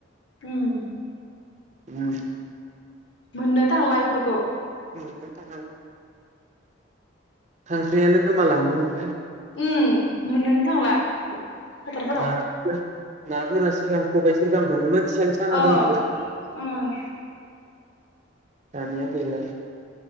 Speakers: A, on the left; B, on the right.
A: उम
B: उम
A: मोननो थांला इफोरखौ।
B: मोननो थाङा खांख्रायानो गोमालांनो हम
A: उम नुनोनो थांला फो फोथारफोराव।
B: ना नाफोरा सिगां खबाइसे गाहाम मोनोमोन सेन साना
A: अ
B: दोनबोला
A: ओम
B: दानिया गैलालै